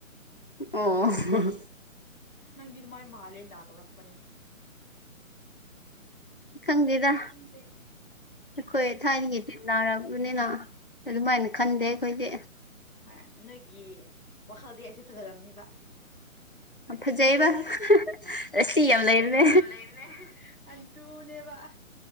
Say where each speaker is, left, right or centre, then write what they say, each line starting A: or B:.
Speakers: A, on the left; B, on the left.
A: ꯑꯣ
B: ꯅꯪꯗꯤ ꯑꯗꯨꯃꯥꯏ ꯃꯥꯜꯂꯦꯅ ꯇꯧꯔꯛꯄꯅꯦ
A: ꯈꯪꯗꯦꯗ
B: ꯈꯪꯗ‌ꯦ
A: ꯑꯩꯈꯣꯏ ꯊꯥꯏꯅꯒꯤ ꯇꯤꯅꯔꯛ ꯄꯥꯅꯤꯅ ꯑꯗꯨꯃꯥꯏ ꯈꯟꯗꯦ ꯑꯩꯈꯣꯏꯗꯤ
B: ꯍꯣꯏ ꯅꯣꯏꯒꯤ ꯋꯥꯈꯜꯗꯤ ꯑꯩꯁꯦ ꯐꯖꯔꯝꯅꯤꯕ
A: ꯌꯥꯝ ꯐꯖꯩꯕ ꯔꯁꯤ ꯌꯥꯝ ꯂꯩꯕꯅꯦ
B: ꯔꯥꯁꯤ ꯌꯥꯝ ꯂꯩꯕꯅꯦ ꯑꯗꯨꯅꯦꯕ